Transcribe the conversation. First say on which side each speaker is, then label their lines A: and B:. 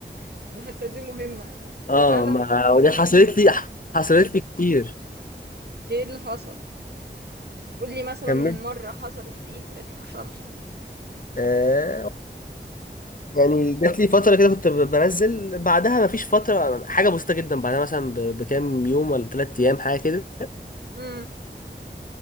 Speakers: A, on the right; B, on the left.
A: <laughs> الحتة دي مهمة
B: اه
A: هو فعلا
B: ما ودي حصلت لي حصلت لي كتير
A: ايه اللي حصل قولي مثلا
B: كمل
A: مرة حصلت فيها ايه اللي حصل
B: آه، يعني جات لي فترة كده كنت ب- بنزل بعدها مفيش فترة حاجة بسيطة جدا بعدها مثلا ب- بكام يوم ولا ثلاث أيام حاجة كده
A: امم